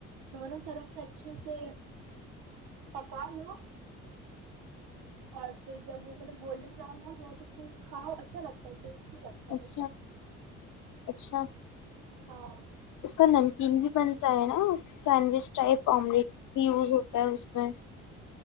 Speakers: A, on the right; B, on the left.
A: دونوں طرف سے اچھے سے پکالو اور پھر جب وہ مطلب گولڈن براؤن ہو جائے تو پھر کھاؤ اچھا لگتا ہے ٹیٹ چھی لگتا
B: اچھا
A: ہے
B: اچھا
A: ہاں
B: اس کا نمکین بھی بنتا ہے نا سینڈوچ ٹائپ آملیٹ بھی یوز ہوتا ہے اس میں